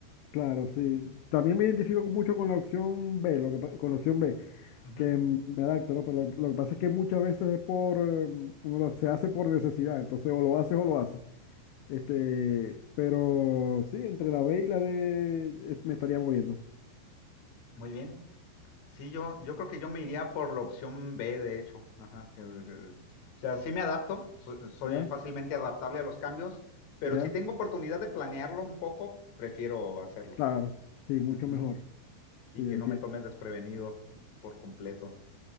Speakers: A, on the left; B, on the left.
A: claro, sí. También me identifico con- mucho con la opción B, lo que, pa- con la opción B,
B: Ujú.
A: que mm, me adapto, ¿no? Pero lo, lo que pasa es que muchas veces es por, eh, uno lo- se hace por necesidad, entonces o lo haces o lo haces. Este, pero sí, entre la B y la D eh, me estaría moviendo,
B: Muy bien. Sí, yo, yo creo que yo me iría por la opción B, de hecho. Ajá, que- que- o sea, sí me adapto, so- soy
A: ¿ya?
B: fácilmente adaptable a los cambios, pero
A: ¿Ya?
B: si tengo oportunidad de planearlo un poco, prefiero hacerlo.
A: Claro, sí, mucho
B: Ujú.
A: mejor.
B: Sí,
A: Sí, entiendo.
B: que no me tome desprevenido por completo.